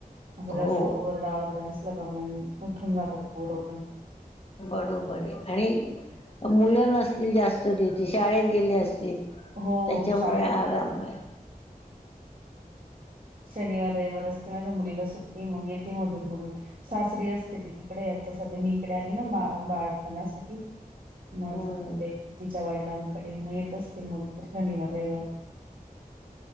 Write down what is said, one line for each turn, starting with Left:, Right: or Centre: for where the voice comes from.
Right: असं जास्त
Left: हो
Right: ओरडा, ओरडा असला का, मग उठून जातात पोरं पण.
Left: बरोबर आहे, आणि मुलं नसतील जास्त तिथे शाळेत गेले अस तील.
Right: हो
Left: त्याच्यामुळे
Right: शाळेत
Left: आराम आहे.
Right: शनिवार, रविवार असते माझ्या मुलीला सुट्टी, मग येते मधून मधून. सासरी असते ती तिकडे, आता सध्या मी इकडे आली ना, बा बाळपणासाठी, मग
Left: हम्म
Right: ती तिकडे तिच्या वडी वडीलांकडे, मग येत असतील मग तर शनिवार, रविवार.